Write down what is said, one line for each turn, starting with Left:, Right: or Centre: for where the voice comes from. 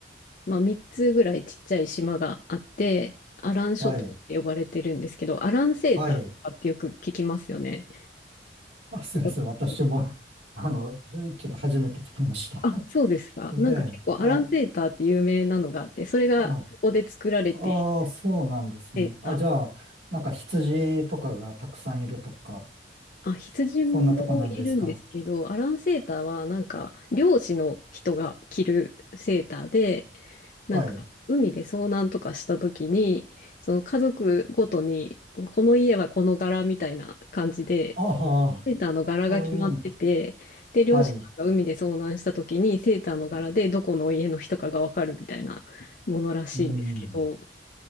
Left: まあ、3つぐらいちっちゃい島があって、アラン諸島って呼ばれてるんですけど、
Right: はい、
Left: アランセーターとかってよく聞きますよね。
Right: はい。あ、すみません。
Left: 聞いたこと
Right: 私も、あの、ちょっと初めて聞きました。
Left: あ、そうですか。
Right: <laughs>
Left: なんか結構アランセーターって有名なのがあって、
Right: ええ、あ、
Left: それがそこで作られている
Right: あ、ああ、そうなんですね。
Left: セーター。
Right: あ、じゃあ、なんか羊とかがたくさんいるとか、
Left: あ、羊もいるんですけど、
Right: そんなとこなんですか
Left: アランセーターはなんか漁師の人が着るセーターで、なんか海で遭難とかした時に、
Right: はい。
Left: その家族ごとに、この家はこの柄みたいな感じで、
Right: ああ、
Left: セーターの柄が決まってて、
Right: そういうのか。
Left: で、漁師さんが海で遭難した時にセーターの柄でどこの家の人かがわかるみたいなものらしいんですけど、
Right: はい。うん。